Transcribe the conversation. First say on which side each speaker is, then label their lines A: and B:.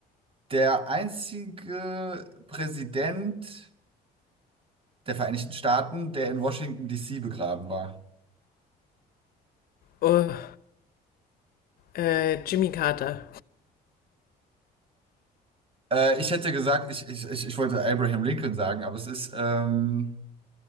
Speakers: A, on the right (about 30°); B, on the left (about 60°).
A: der einzige Präsident der Vereinigten Staaten, der in Washington, D.C. begraben war?
B: Oh, äh, Jimmy Carter.
A: Äh, ich hätte gesagt, ich, ich, ich, ich wollte Abraham Lincoln sagen, aber es ist ähm,